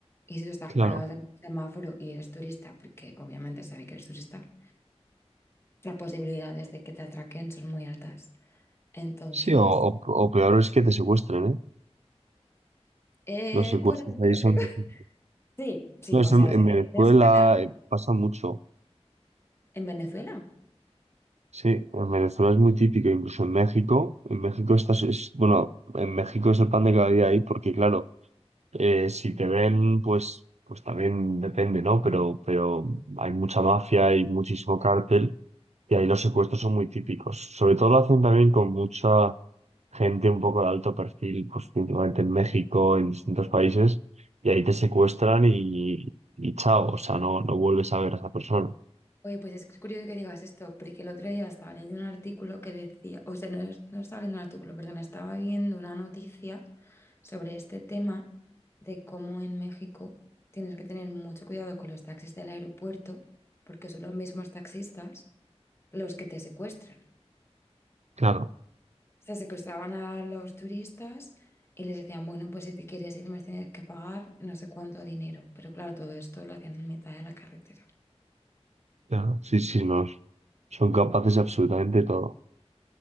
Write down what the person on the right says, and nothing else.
Claro.
Sí, o, o- o peor es que te secuestren, ¿eh?
Los secuestros
ahí
son
difíciles.
No, eso
en, en
Venezuela
eh, pasa mucho.
Sí, en Venezuela es muy típico, incluso en México. En México estás, es, bueno, en México es el pan de cada día ahí, porque claro, eh, si te ven, pues, pues también depende, ¿no? Pero, pero hay mucha mafia, hay muchísimo cártel, y ahí los secuestros son muy típicos. Sobre todo lo hacen también con mucha gente un poco de alto perfil, pues principalmente en México, en distintos países, y ahí te secuestran y, y chao, o sea, no, no vuelves a ver a esa persona.
Claro,
claro. Sí, sí, no, son capaces de absolutamente todo.